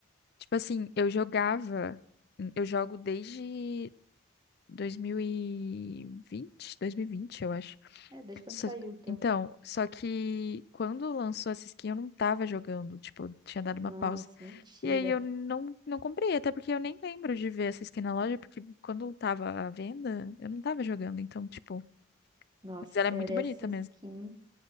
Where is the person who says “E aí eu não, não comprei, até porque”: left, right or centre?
Left